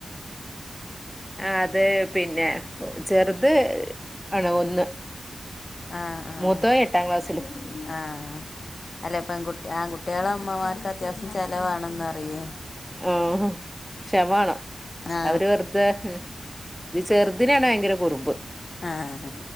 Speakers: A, in the centre; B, on the left.
A: ആഹ് അതെ പിന്നെ ചെർത് ആണോ ഒന്ന്
B: ആഹ് ആഹ്
A: മൂത്തോൻ എട്ടാം ക്ലാസ്സിലും
B: ആഹ് അല്ലെ പെൺ ആകുകുട്ടികളെ അത്യാവശ്യം ചെലവാണെന്ന് പറയെ
A: ആഹ് ഹ് ക്ഷമ വേണം
B: ആ
A: അവര് വെറുതെ ഹ് മ് ഇത് ചെറുതിനാണ് ഭയങ്കര കുറുമ്പ്
B: ആഹ്